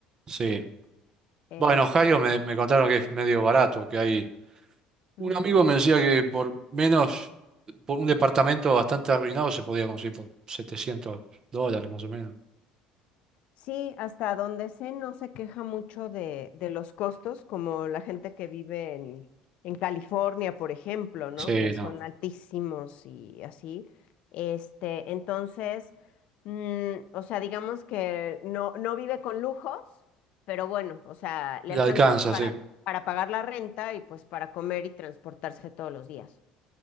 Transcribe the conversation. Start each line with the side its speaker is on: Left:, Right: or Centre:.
Right: Sí.
Left: Es,
Right: Bueno, en Ohio me, me contaron que es medio barato, que hay...
Left: ujú.
Right: Un amigo me decía que por menos, por un departamento bastante arruinado se podía conseguir por setecientos dólares más o menos.
Left: Sí, hasta donde sé, no se queja mucho de, de los costos, como la gente que vive en, en California, por ejemplo, ¿no?
Right: Sí,
Left: Que son
Right: no,
Left: altísimos y así. Este, entonces, mm, o sea, digamos que no, no vive con lujos, pero bueno, o sea, le
Right: la
Left: alcanza
Right: alcanza,
Left: para,
Right: sí.
Left: para pagar la renta y pues para comer y transportarse todos los días.